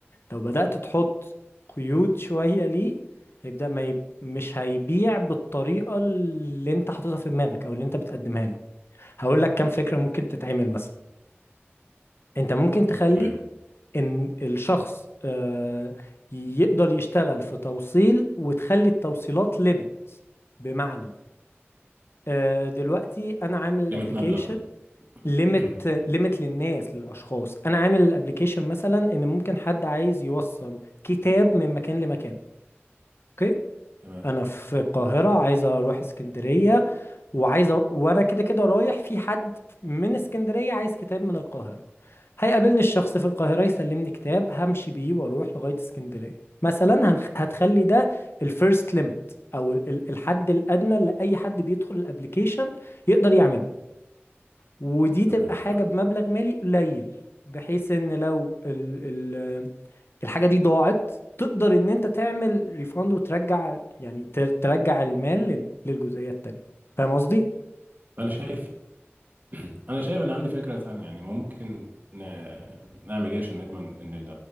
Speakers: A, on the left; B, on the right.
A: لو بدأت تحط قيود شوية ليه هيبدأ ما يب... مش هيبيع بالطريقة اللي انت حاططها في دماغك او اللي انت بتقدمها له هقول لك كام فكرة ممكن تتعمل مثلا انت ممكن تخلي
B: تمام
A: ان الشخص آه، يقدر يشتغل في توصيل وتخلي التوصيلات ليميت بمعنى آه، دلوقتي انا عامل الابليكيشن
B: ليميت مبلغ
A: ليميت
B: <clears throat>
A: ليميت للناس للاشخاص انا عامل الابليكيشن مثلا ان ممكن حد عايز يوصل كتاب من مكان لمكان اوكي،
B: تمام
A: انا في القاهره عايز اروح اسكندريه وعايز أ... وانا كده كده رايح في حد من اسكندريه عايز كتاب من القاهره هيقابلني الشخص في القاهره يسلمني كتاب همشي بيه واروح لغايه اسكندريه مثلا هنخ... هتخلي ده الفيرست ليميت او ال... الحد الادنى اللي اي حد بيدخل الابليكيشن يقدر يعمله ودي
B: تمام
A: تبقى حاجه بمبلغ مالي قليل بحيث ان لو ال... ال... الحاجة دي ضاعت تقدر ان انت تعمل ريفاند وترجع يعني تر- ترجع المال لل- للجزئية التانية فاهم قصدي؟
B: انا شايف <clears throat> انا شايف ان عندي فكره تانية يعني ممكن ن... نعمل ايه عشان نضمن ان